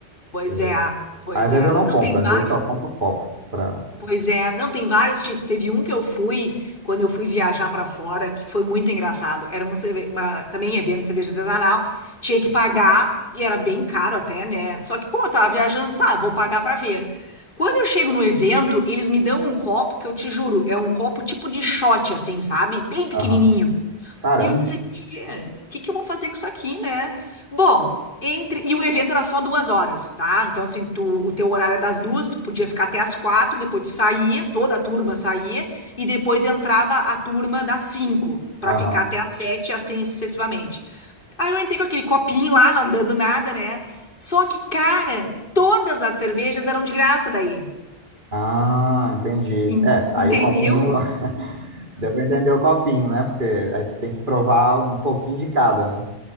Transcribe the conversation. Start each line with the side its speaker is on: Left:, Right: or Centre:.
Left: Pois
Right: E,
Left: é, pois
Right: às vezes
Left: é.
Right: eu não
Left: Não,
Right: compro,
Left: tem
Right: às
Left: vários.
Right: vezes só compro o copo pra...
Left: Pois é, não, tem vários tipos. Teve um que eu fui quando eu fui viajar pra fora, que foi muito engraçado. Era um, cerve- uma, também evento de cerveja artesanal, tinha que pagar, e era bem caro até, né? Só que como eu tava viajando, disse, ah, vou pagar pra ver. Quando eu chego no evento, eles me dão um copo que eu te juro, é um copo tipo de shot, assim, sabe? Bem pequenininho.
Right: Aham. Caramba.
Left: E eu disse, tia, o que que eu vou fazer com isso aqui, né? Bom, entre... E o evento era só duas horas, tá? Então, assim, tu, o teu horário é das duas, tu podia ficar até as quatro, depois tu saía, toda a turma saía, e depois entrava a turma das cinco, pra
Right: Aham.
Left: ficar até as sete, assim sucessivamente. Aí eu entrei com aquele copinho lá, não dando nada, né? Só que, cara, todas as cervejas eram de graça daí.
Right: Ah, entendi.
Left: En-
Right: É, aí
Left: Entendeu?
Right: o copinho... <laughs> Deu pra entender o copinho, né? Porque aí tem que provar um pouquinho de cada, né?